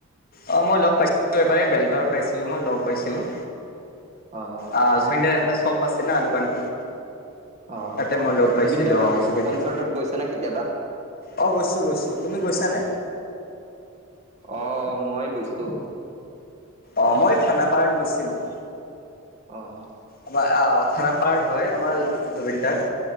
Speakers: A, on the left; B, on the right.
A: অহ, মই লগ পাইছিলো এবাৰ এ বেলতলাত পাইছিলোঁ মই লগ পাইছিলোঁ
B: অ',
A: আ, জুবিন দাৰ এটা শ্বপ আছে না দোকানটো।
B: অ'।
A: তাতে মই লগ পাইছিলো
B: জুবিন দাৰ
A: অহ জুবিন
B: কনচাৰ্টত
A: দাক।
B: গৈছা নে কেতিয়াবা?
A: অহ, গৈছো -গৈছো তুমি গৈছানে?
B: অ', মই গৈছো।
A: অহ, মই থানাপাৰত গৈছিলো।
B: অহ,
A: আমাৰ আহ থানাপাৰাৰ হয় আমাৰ জুবিন দাৰ